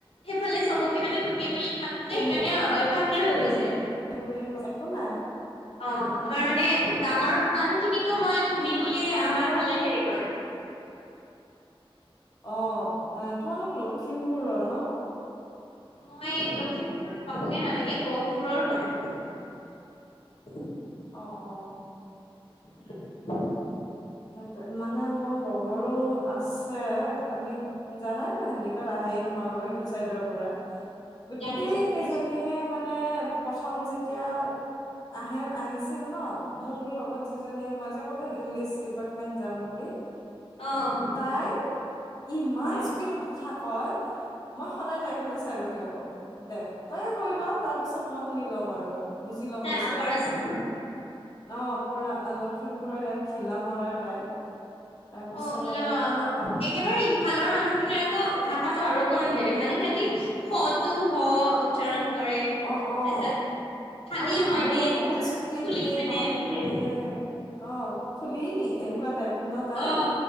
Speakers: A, on the left; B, on the left.
A: সেইফালে চবকে মানে তুমি বুলি মাতো যে, সেইকাৰণে
B: তুমি
A: অভ্যাস <unintelligible> হৈ গৈছে।
B: বুলি ক একো নাই
A: অ,
B: একো
A: আৰু
B: নাই
A: মানে ডাঙৰ মানুহখিনিক ত' মই তু মি বুলিয়ে
B: তোমাৰ
A: আমাৰ ফালে হেৰি
B: অ' তোমালোক লখিমপুৰৰ ন
A: মই লখিমপুৰত পাবগে নালাগে গহপুৰৰ হয়
B: অ' অ'
A: উম
B: সেই মানে মোৰ লগৰো আছে আমি জানাইতো হেণ্ডিকত আহে তোমাল লগোকৰ স চাইডৰ পৰা গোটেই
A: জানিছো জানিছো
B: কেইজনীয়ে মানে প্ৰথম যে তেওৰ আহে আহিছিল ন মোৰ লগত যিজনী মই যে ক'লো ইংলিছ যাম বুলি,
A: অ'
B: তাই ইমান
A: হয়।
B: স্পিডত কথা কয়, মই সদায় তাইফালে চাই ৰখি থাকো। দে তইয়ে কয় ল, তাৰপিছত মই শুনি লম আৰু। বুজি ল'ম
A: তাই
B: পিছত
A: আপাৰ আচা
B: অ' পুৰা লখিমপুৰ হয় খিলা। মৰা তাই। তাৰপিছত
A: অ'
B: আৰু
A: অ'
B: মই অ
A: একেবাৰে ইফালৰ মানুহখিনিৰ আকৌ ভা ষাটো আৰু অকমান বেলেগ। মানে, সিহঁতি স টো হ। উচ্চাৰণ কৰে
B: অ'
A: তাৰপিছত
B: অ'
A: খালী
B: আৰু
A: হয়নে
B: বহুত স্পীড
A: খুলি
B: দেই
A: হয়নে
B: বাপৰে!
A: এনেকে
B: অ' খুলি নি এনেকুৱা টাইপ ন তাইৰ।
A: অ